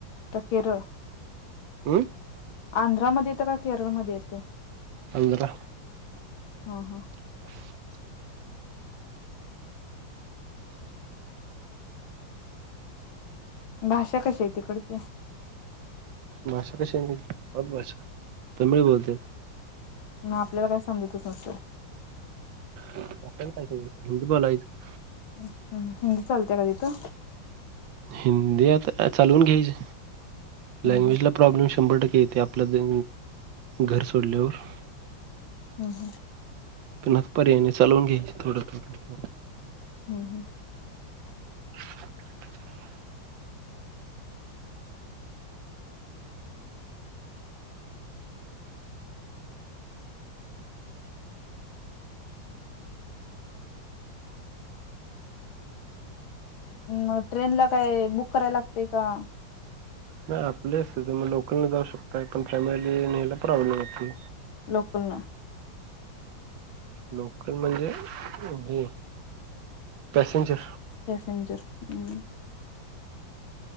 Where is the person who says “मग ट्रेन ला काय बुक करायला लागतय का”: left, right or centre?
Left